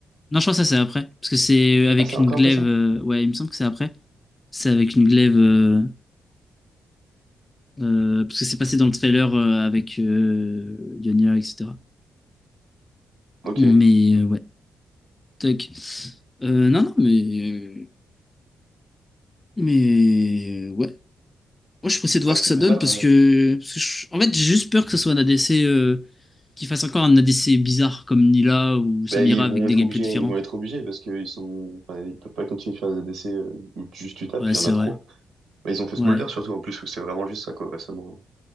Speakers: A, on the left; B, on the right.
A: Non, je crois que ça c'est après. Parce que c'est avec
B: Ah, c'est encore
A: une glaive.
B: après ça?
A: euh, Ouais, il me semble que c'est après. C'est avec une glaive. euh, euh, Parce que c'est passé dans le trailer euh, avec euh, Ionia, etc.
B: Ok.
A: Mais euh, ouais. Toc. Euh, non, non, mais. euh, Mais. euh, Ouais. Moi, je suis pressé de voir
B: Ouais,
A: ce
B: c'est
A: que ça donne
B: bizarre.
A: parce
B: euh.
A: que, parce que je- en fait, j'ai juste peur que ce soit un ADC euh, qui fasse encore un ADC bizarre comme Nila ou Samira
B: Ben, ils
A: avec
B: vont
A: des
B: être
A: gameplays
B: obligés,
A: différents.
B: ils vont être obligés parce qu'ils sont, enfin, ils peuvent pas continuer de faire des essais euh, où tu- juste tu tapes,
A: Ouais,
B: il
A: c'est
B: y en a
A: vrai.
B: trop. Ben, ils ont fait Smolder
A: Ouais.
B: surtout en plus où c'est vraiment juste ça quoi récemment.